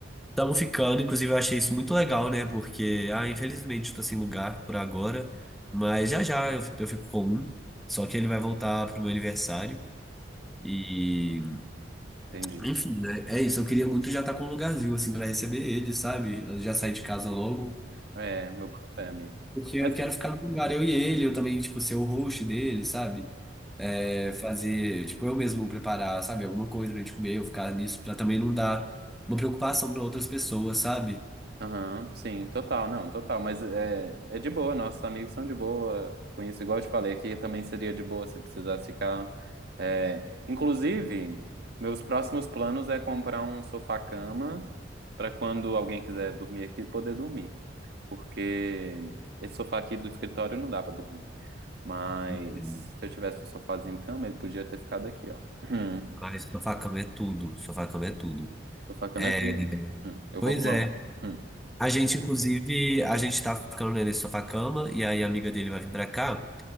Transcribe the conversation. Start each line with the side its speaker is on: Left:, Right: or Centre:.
Centre: Estamos ficando, inclusive eu achei isso muito legal, né? Porque, ah, infelizmente estou sem lugar por agora, mas já já eu, fi- eu fico com um. Só que ele vai voltar pro meu aniversário. E,
Right: entendi.
Centre: enfim, né? É isso, eu queria muito já estar com um lugarzinho, assim, para receber ele, sabe? Eu já saí de casa logo.
Right: É, meu papai, amigo.
Centre: Porque eu
Right: Mas.
Centre: quero ficar no lugar, eu e ele, eu também, tipo, ser o host dele, sabe? É, fazer, tipo, eu mesmo preparar, sabe, alguma coisa pra gente comer, eu ficar nisso, pra também não dar uma preocupação pra outras pessoas, sabe?
Right: Aham, sim, total, não, total. Mas é, é de boa, nossos amigos são de boa com isso. Igual eu te falei, aqui também seria de boa se precisasse ficar. é, Inclusive, meus próximos planos é comprar um sofá-cama para quando alguém quiser dormir aqui, poder dormir. Porque esse sofá aqui do escritório não dá para dormir. Mas
Centre: Entendo.
Right: se eu tivesse um sofazinho cama, ele podia ter ficado aqui, ó. Hum.
Centre: Ai, sofá cama é tudo, sofá-cama é tudo.
Right: Sofá-cama
Centre: É,
Right: é tudo. Hum, Eu
Centre: Pois
Right: vou arrumar
Centre: é.
Right: um. Hum.
Centre: A gente, inclusive, a gente tá ficando né, nesse sofá-cama, e aí a amiga dele vai vir pra cá.